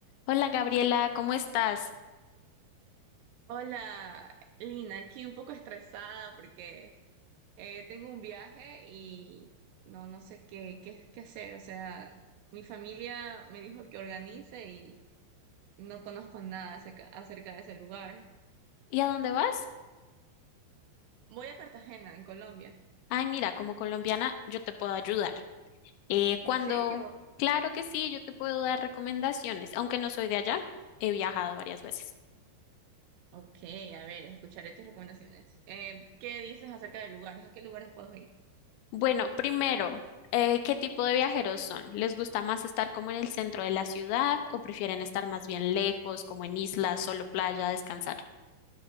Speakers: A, on the left; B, on the right.
A: Hola Gabriela, ¿cómo estás?
B: Hola, Lina, aquí un poco estresada porque eh, tengo un viaje y no, no sé qué, qué, qué hacer. O sea, mi familia me dijo que organice y no conozco nada acerca, acerca de ese lugar.
A: ¿Y a dónde vas?
B: Voy a Cartagena, en Colombia.
A: Ay, mira, como colombiana yo te puedo ayudar. Eh, cuando,
B: ¿En serio?
A: claro que sí, yo te puedo dar recomendaciones, aunque no soy de allá, he viajado varias veces.
B: Ok, a ver, escucharé tus recomendaciones. Eh, ¿qué dices acerca de lugares? ¿A qué lugares puedo ir?
A: Bueno, primero, eh, ¿qué tipo de viajeros son? ¿Les gusta más estar como en el centro de la ciudad o prefieren estar más bien lejos, como en islas, solo playa, descansar?